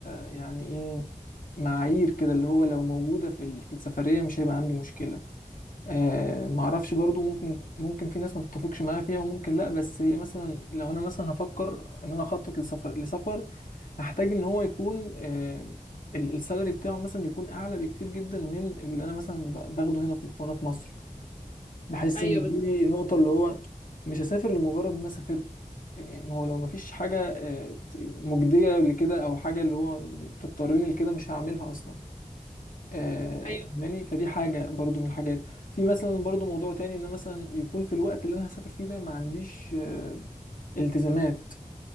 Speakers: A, on the left; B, on the left.
A: يعني ايه معايير كده اللي هو لو موجوده في ال- في السفريه مش هيبقى عندي مشكله آه ما اعرفش برضو ممكن ممكن في ناس ما تتفقش معايا فيها وممكن لا بس مثلا لو انا مثلا هفكر ان انا اخطط لسفر لسفر هحتاج ان هو يكون آه ال- السالري بتاعه مثلا يكون اعلى بكتير جدا من اللي انا مثلا ب- باخده هنا في هنا في مصر بحس
B: ايوه
A: ان دي
B: بت...
A: نقطة اللي هو مش هسافر لمجرد ان انا سافرت آه، ما هو لو ما فيش حاجة آه، ت- مجدية لكده او حاجة اللي هو تضطرني لكده مش هعملها اصلا آه،
B: ايوه
A: فاهماني فدي حاجة برضو من الحاجات في مثلا برضو موضوع تاني ان أنا مثلا يكون في الوقت اللي انا هسافر فيه ده ما عنديش آه، التزامات